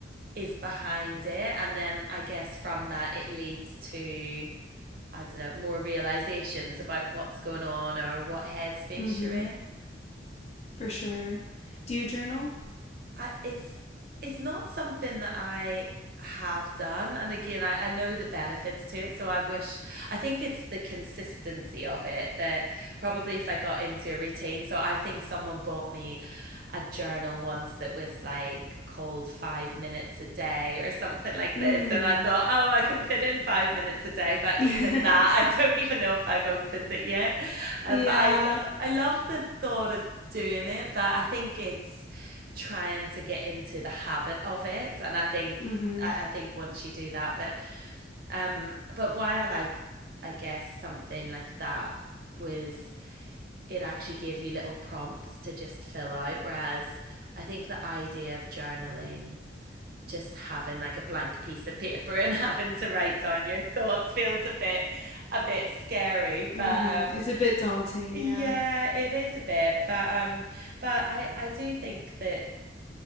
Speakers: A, on the right; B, on the left.
A: is behind it, and then I guess from that it leads to I don't know more realizations about what's going on or what headspace
B: hmm
A: you're in.
B: For sure. Do you journal?
A: I it's it's not something that I have done. And again, I, I know the benefits to it. So I wish I think it's the consistency of it that probably if I got into a routine. So I think someone bought me a journal once that was like called five minutes a day or something like
B: Mm.
A: this. And I thought, oh, I can fit in five minutes a day. But
B: <laughs>
A: even that, <laughs> I don't even know if I've opened it yet. Um,
B: yeah.
A: but I love I love the thought of doing it. But I think it's trying to get into the habit of it. And I think
B: hmm hmm
A: I, I think once you do that, but um, but why I like I guess something like that was it actually gave you little prompts to just fill out. Whereas I think the idea of journaling, just having like a blank piece of paper <laughs> and having to write down your thoughts feels a bit a bit scary.
B: hmm
A: But um
B: <laughs> It's a bit daunting. Yeah.
A: yeah, it is a bit. But um but I, I do think that